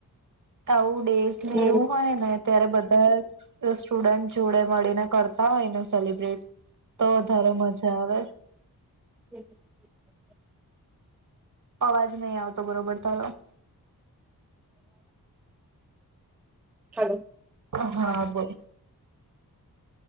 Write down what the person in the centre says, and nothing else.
હતા
<inaudible>
હલો.